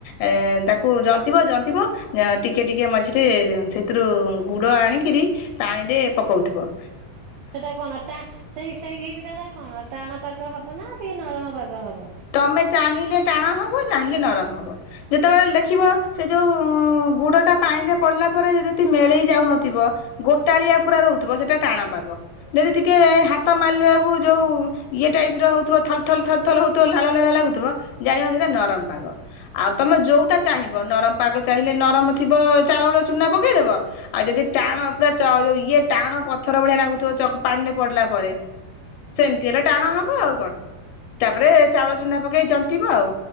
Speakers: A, on the left; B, on the right.
A: ଏ ତାକୁ ଜନ୍ତିବ ଜନ୍ତିବ ଯା ଟିକେ ଟିକେ ମଝିରେ ସେଥିରୁ ଗୁଡ ଆଣିକିରି ପାଣିରେ ପକୋଉଥିବ।
B: ସେଟା କଣ ଟା ସେଇ ସେଇ ଘିପିଟା ଟା କଣ ଟାଣ ପାଗ ହବ ନା ଟିକେ ନରମ ପାଗ ହବ।
A: ତମେ ଚାହିଁଲେ ଟାଣ ହବ। ଚାହିଁଲେ ନରମ ହବ। ଯେତେବେଳେ ଲେଖିବ ସେ ଯୋଉ ଗୁଡଟା ପାଣିରେ ପଡିଲା ପରେ ଯଦି ମେଳେଇ ଯାଉନଥିବ ଗୋଟାଳିଆ ପୁରା ର ହୁଥିବ ସେଟା ଟାଣ ପାଗ। ଯଦି ଟିକିଏ ହାତ ମାରିଲା ବେଳକୁ ଯୋଉ ଇଏ ଟାଇପ୍ ର ହୋଉଥିବା ଥାଲ୍ ଥାଲ୍ ଥାଲ୍ ଥାଲ୍ ଥାଲ୍ ହୋଉଥିବ ଲାଳୁଆ ଲାଳୁଆ ଲାଗୁଥିବ ଜାଣିବ ସେଇଟା ନରମ ପାଗ। ଆଉ ତମେ ଯୋଉଟା ଚାହିଁବ ନରମ ପାଗ ଚାହିଁଲେ ନରମ ଥିବ ଚାଉଳ ଚୁନା ପକେଇଦବ। ଆଉ ଯଦି ଟାଣ ପୁରା ଚ ଯୋଉ ଇଏ ଟାଣ ପଥର ଭଳିଆ ଲାଗୁଥିବ ଚ ପାଣିରେ ପଡିଲା ପରେ ସେମିତି ହେଲେ ଟାଣ ହବ ଆଉ କଣ ତାପରେ ଚାଉଳ ଚୁନା ପକେଇ ଜନ୍ତିବ ଆଉ